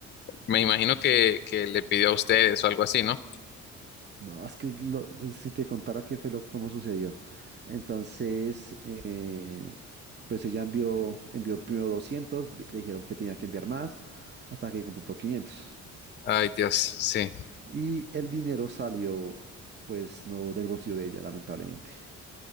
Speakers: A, on the left (about 35°); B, on the right (about 35°).
A: me imagino que, que le pidió a ustedes o algo así, ¿no?
B: No, es que lo- si te contara qué fue lo, cómo sucedió. Entonces, eh, pues ella envió, envió primero 200, vi- le dijeron que tenía que enviar más, hasta que completó 500.
A: Ay, Dios, sí.
B: Y el dinero salió, pues, no del bolsillo de ella, lamentablemente.